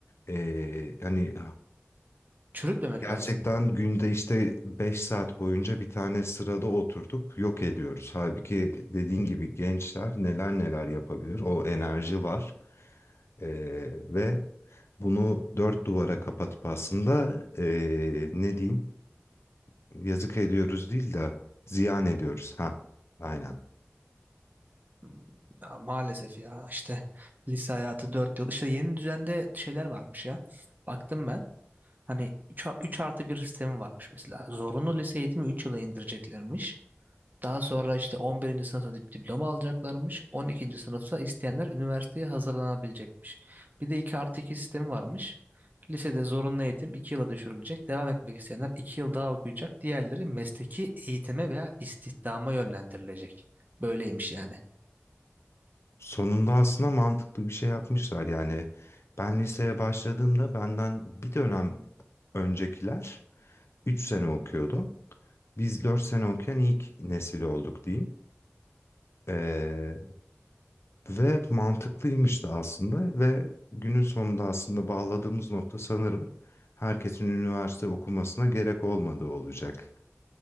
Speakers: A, on the left; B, on the right.
A: eee, hani
B: Çürütmemek lazım.
A: gerçekten günde işte 5 saat boyunca bir tane sırada oturtup yok ediyoruz. Halbuki dediğin gibi gençler neler neler yapabilir. O enerji var. Ee, ve bunu dört duvara kapatıp aslında ee, ne diyeyim yazık ediyoruz değil de ziyan ediyoruz. Ha, aynen.
B: Hmm, Ya maalesef ya işte lise hayatı 4 yıl. İşte yeni düzende şeyler varmış ya. Baktım ben. Hani 3 artı bir sistemi varmış mesela. Zorunlu lise eğitimi 3 yıla indireceklermiş. Daha sonra işte 11. sınıfta dip- diploma alacaklarmış. 12. sınıfta isteyenler üniversiteye hazırlanabilecekmiş. Bir de 2 artı 2 sistemi varmış. Lisede zorunlu eğitim 2 yıla düşürülecek. Devam etmek isteyenler 2 yıl daha okuyacak. Diğerleri mesleki eğitime veya istihdama yönlendirilecek. Böyleymiş yani.
A: Sonunda aslında mantıklı bir şey yapmışlar. Yani ben liseye başladığımda benden bir dönem öncekiler 3 sene okuyordu. Biz 4 sene okuyan ilk nesil olduk diyeyim. Ee, Ve mantıklıymış da aslında ve günün sonunda aslında bağladığımız nokta sanırım herkesin üniversite okumasına gerek olmadığı olacak.